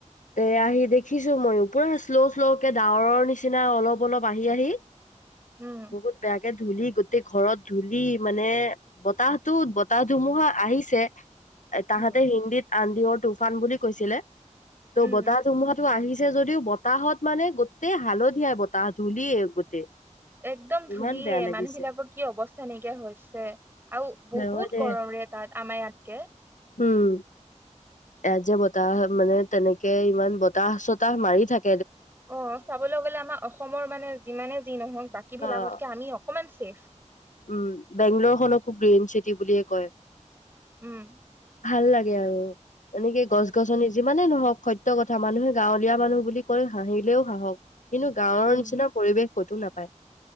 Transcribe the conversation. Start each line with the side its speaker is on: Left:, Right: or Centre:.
Left: তে আহি দেখিছো মই পুৰা শ্ল' শ্ল'কে ডাৱৰৰ নিচিনা অলপ অলপ আহি আহি
Right: উম
Left: বহুত বেয়াকে ধূলি গোটেই ঘৰত। ধূলি, মানে, বতাহটোত বতাহ-ধুমুহা আহিছে তাহাতে
Right: উম
Left: হিন্দীত আঁধিৰ তুফান বুলি কৈছিলে ত',
Right: উম
Left: বতাহ-ধুমুহাটো আহি ছে যদিও। বতাহত, মানে, গোটেই হালধীয়াই। বতাহ, ধূলিয়ে গোটেই
Right: একদম
Left: ইমান
Right: ধূলিয়ে।
Left: বেয়া লাগিছে
Right: মানুহবিলাকৰ কি অৱস্থা নাইকিয়া হৈছে। আৰু বহুত
Left: হয় দে
Right: গৰম ৰে তাত আমৰ ইয়াতকে
Left: উম, ইয়াত যে বতাহ, মানে, তেনেকে ইমান বতাহ-চতাহ মাৰি থাক
Right: অ', চাবলৈ গ'লে আমাৰ অসমৰ, মানে, যিমানে যি নহওক, বাকী
Left: অ'।
Right: বিলাকতকে আমি অ কমান চেফ
Left: উম, বেংগালৰখনকো গ্ৰীণ চিটি বুলিয়েই কয়।
Right: উম।
Left: ভাল লাগে আৰু এনেকে গছ-গছনি যিমানে নহওক সত্য কথা। মানুহে গাঁৱলীয়া মানুহ বুলি কয়। হাঁহিলেও হাঁহক কিন্তু গাঁৱৰ
Right: উম
Left: নিচিনা পৰিৱেশ ক'তো নাপায়